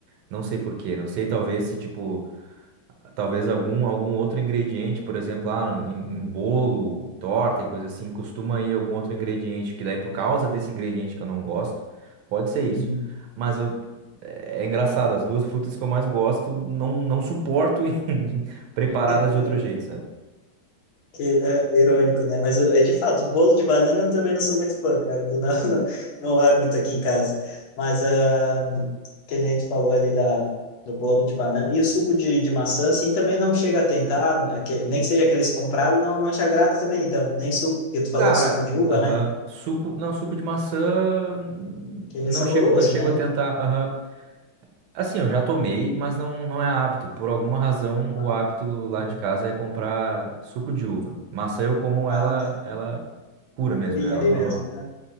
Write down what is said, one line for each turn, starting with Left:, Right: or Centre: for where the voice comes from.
Right: não sei por quê. Não sei, talvez se tipo. Talvez algum, algum outro ingrediente, por exemplo, ah, em, em bolo, torta e coisa assim, costuma ir algum outro ingrediente, que daí por causa desse ingrediente que eu não gosto, pode ser isso.
Left: Uhum.
Right: Mas eu, é é engraçado, as duas frutas que eu mais gosto, não, não suporto <laughs> em- preparadas
Left: Eu-
Right: de outro jeito, sabe?
Left: Que é irônico, né? Mas é de fato, bolo de banana eu também não sou muito fã, cara. Ele não, <laughs> não, não vai muito aqui em casa. Mas ah, que nem tu falou ali da, do bolo de banana. E o suco de, de maçã, assim, também não chega a tentar, aque- nem que seja aqueles comprados, não, não te agrada também, então. Nem suco, porque tu falou
Right: Cara,
Left: do suco de uva,
Right: aham,
Left: né?
Right: suco, não, suco de maçã, hum,
Left: Que ele
Right: não
Left: é saboroso,
Right: chego, não chego
Left: né?
Right: a tentar, aham, Assim, eu já tomei, mas não, não é hábito. Por alguma razão, o
Left: Ah,
Right: hábito lá
Left: uhum.
Right: de casa é comprar suco de uva. Maçã eu como
Left: Ah,
Right: ela,
Left: tá.
Right: ela pura mesmo,
Left: Purinho
Right: né? Ela
Left: ali
Right: normal.
Left: mesmo.